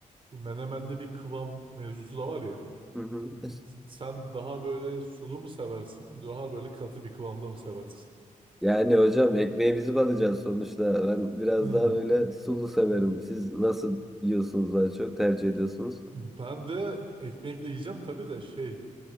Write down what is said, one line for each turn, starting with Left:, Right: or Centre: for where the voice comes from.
Right: bu menemende bir kıvam mevzusu da var ya.
Centre: Hı hı. <laughs>
Right: Sen daha böyle sulu mu seversin? Daha böyle katı bir kıvamda mı seversin?
Centre: Yani hocam ekmeğe bizi batacağız sonuçta. Ben biraz
Right: Hmm.
Centre: daha böyle sulu severim. Siz nasıl yiyorsunuz daha çok tercih ediyorsunuz?
Right: Ben de ekmekle yiyeceğim tabii de şey